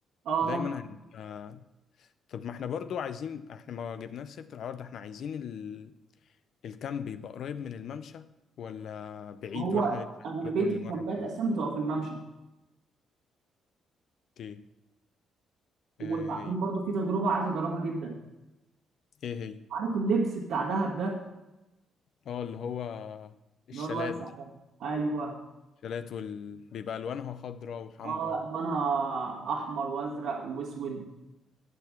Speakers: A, on the right; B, on the left.
A: اه
B: دايما
A: ممشى
B: هن... آه، طب ما احنا برضو عايزين احنا ما جبناش سيرة العرض احنا عايزين ال... الكامب يبقى قريب من الممشى ولا بعيد
A: هو
B: واحنا نتمشى
A: اغلبيه
B: له كل
A: الكامبات
B: مرة وكده
A: اساسا بتبقى في الممشى
B: اوكي
A: وبعدين
B: آه،
A: برضو في تجربه عايز اجربها جدا
B: ايه هي
A: عارف اللبس بتاع دهب ده
B: اه اللي هو
A: اللي
B: الشالات
A: هو الواسع
B: دي
A: ده ايوه
B: الشالات وال... بيبقى الوانها خضراء وحمراء
A: اه
B: و...
A: الوانها احمر وازرق واسود